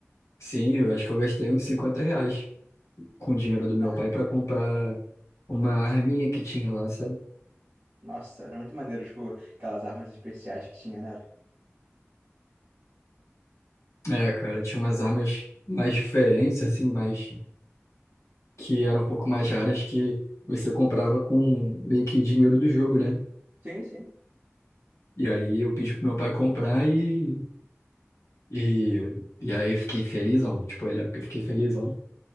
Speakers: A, on the left; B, on the right.
A: Sim, eu acho que eu gastei uns 50 reais. com o dinheiro do meu
B: Caraca.
A: pai pra comprar uma arminha que tinha lá, sabe?
B: Nossa, era muito maneiro, tipo, aquelas armas especiais que tinha, né?
A: É, cara, tinha umas armas mais diferentes, assim, mais que eram um pouco mais raras que você comprava com meio que dinheiro do jogo, né?
B: Sim, sim.
A: E
B: E-
A: aí eu pedi pro meu pai comprar e, e, e aí eu fiquei felizão. Tipo, eu lembro que eu fiquei felizão.